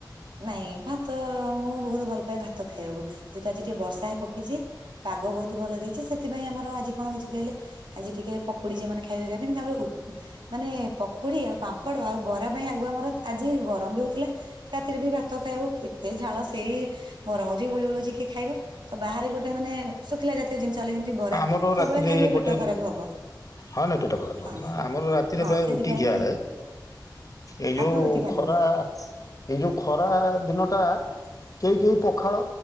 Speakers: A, on the right; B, on the left.
A: ନାଇଁ ଭାତ ମୁଁ ବହୁତ ଭଲ ପାଏ, ଭାତ ଖାଇବାକୁ। ଯେହେତୁ ଆଜି ଟିକେ ବର୍ଷା ହେ ପକେଇଛି ପାଗ ବହୁତ ଭଲ ଦେଇଛି ସେଥିପାଇଁ ଆମର ଆଜି କଣ ହେଉଛି କହିଲେ। ଆଜି ଟିକେ ପକୁଡି ସେମାନେ ଖାଇବେ ଖାଇବେ ତାପରେ ମାନେ ପକୁଡି ଆଉ ପାମ୍ପଡ ଆଉ ବରା ପାଇଁ ଆଗୁଆ ଆମର ଆଜି ଗରମ ବି ହଉଥିଲା। ରାତିରେ ବି ଭାତ ଖାଇବ କେତେ ଝାଳ ସେଇ ଗରମ ହଉଛି ଗୁଳିଗୁଳି ହଉଛି କିଏ ଖାଇବ। ତ ବାହାରେ ଗୋଟେ ମାନେ ଶୁଖିଲା ଜାତୀୟ ଜିନିଷ ହେଲା ଯେମିତି ବରା
B: ଆମର
A: ସବୁବେଳେ
B: ରାତିରେ
A: ଖାଇଲେ
B: ଏପଟେ
A: ପେଟ
B: ରୁ
A: ଖରାପ ହବ
B: ହଁ ନାଇଁ ପେଟ ଖରାପ
A: ହଁ
B: ହବ ନା ଆମର ରାତିରେ
A: ହଁ
B: ପ୍ରାୟ
A: ସେଥିପାଇଁ
B: ରୁଟି ଖିଆ ହୁଏ। ଏଇ ଯୋଉ
A: ଆପଣ ରୁଟି ଖାଆନ୍ତି
B: ଖରା
A: ବୋଧେ?
B: ଏଇ ଯୋଉ ଖରା ଦିନ ଟା କେହି କେହି ପଖାଳ